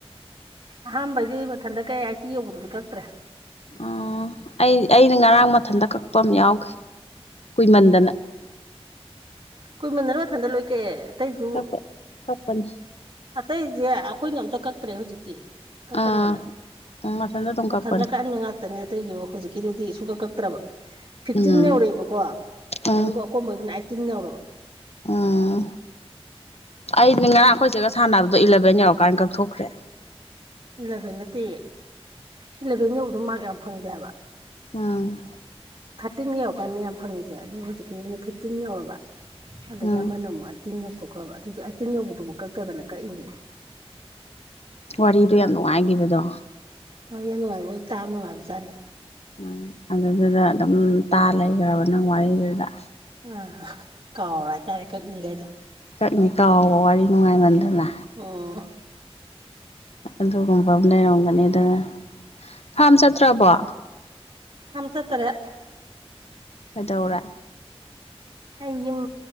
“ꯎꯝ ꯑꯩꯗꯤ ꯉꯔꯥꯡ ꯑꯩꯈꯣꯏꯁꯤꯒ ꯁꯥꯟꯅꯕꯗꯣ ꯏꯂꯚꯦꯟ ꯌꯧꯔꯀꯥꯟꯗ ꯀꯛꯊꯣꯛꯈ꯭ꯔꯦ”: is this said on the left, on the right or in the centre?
Left